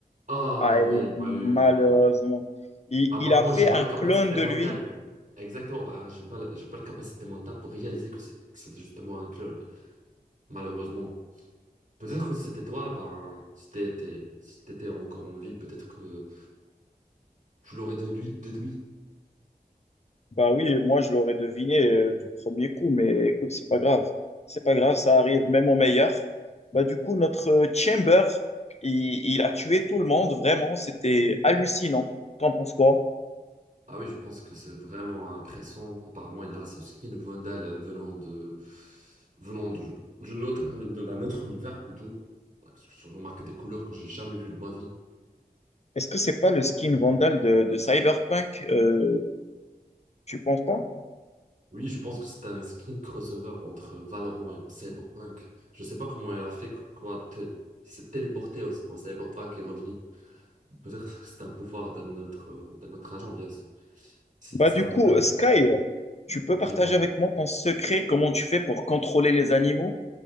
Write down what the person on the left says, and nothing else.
Ah, et
malheureusement.
Il,
il a fait
un
clone de
lui.
Bah oui, moi je l'aurais deviné euh, du premier coup, mais écoute, c'est pas grave. C'est pas grave, ça arrive même au meilleur. Bah du coup, notre euh, Chamber, il, il a tué tout le monde, vraiment, c'était hallucinant. T'en penses quoi?
Est-ce que c'est pas le skin Vandal de, de Cyberpunk? euh, tu penses pas?
Bah
du
coup, euh, Sky, tu peux partager
avec moi ton secret, comment tu fais pour contrôler les animaux?